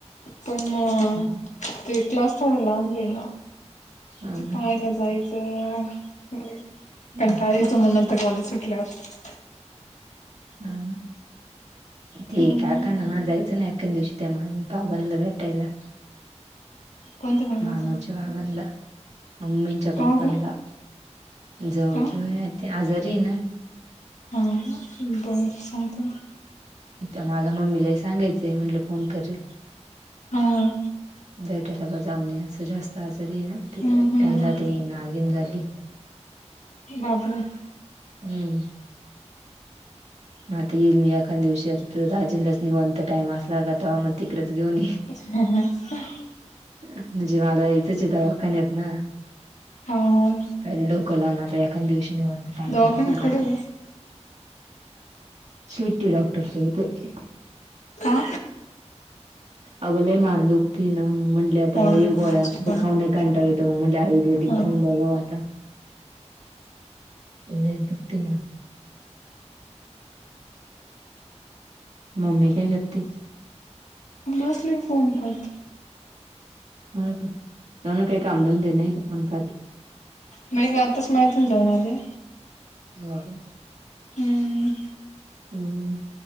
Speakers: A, on the left; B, on the right.
A: पण अ
B: हो
A: ते क्लास थोडा लांब हे ना
B: ना
A: ते पाहायला जायच. तर
B: हो
A: कंटाळा येतो म नंतर कॉलेज सुटल्यावर
B: हाव ना ठीक
A: हम्म
B: हाय, अका ना मला जायचं नाही. तीन दिवशी त्या महान बाबांना भेटायला.
A: कोणत्या भागाला
B: मानूर च्या बाबानला मम्मी च्या त्या
A: का
B: पप्पानला
A: ग
B: जवळच्या
A: का
B: हाय ते आजारी हाय ना.
A: थांबा बघून सांगतो ना.
B: त्या मला मम्मीला ही सांगायचंय म्हंटलं फोन करील.
A: हां.
B: जेटला ग जाऊन असं जास्त आजारी आहे ना,
A: हम्म हम्म
B: त्यांना ती नागीण झाली.
A: बापरे!
B: हम्म. म आता येईल मी एखाद दिवशी, आ राजनलाच निवांत टाइम असला का? तवा मग तिकडेच घेऊन
A: <inaudible>
B: म्हणजे मला यायचंच दवाखान्यात ना
A: हा हा
B: प डोक कॉल लावल तर एखादया दिवशी निेवात टाइम
A: दवाखान्यात
B: असला
A: कुठे ग
B: शेट्टी डॉक्टर च्या इते
A: का
B: अग लई मान दुखती ना म्हटले आता
A: अरे
B: हे
A: माझी
B: गोळ्या
A: पण
B: खाऊन कंटाळा येतो मग म्हणज आुर्वेदिक
A: हा
B: खाऊन बघाव आता लईच दुखती मान. मम्मी काय करतीये.
A: बसली फोन पाहत.
B: हो का म्हणा काम धंदा नाही काय फोन पाहती.
A: नाही गं आताच मळयांतून जाऊन आली.
B: हो
A: हम्म
B: हम्म हम्म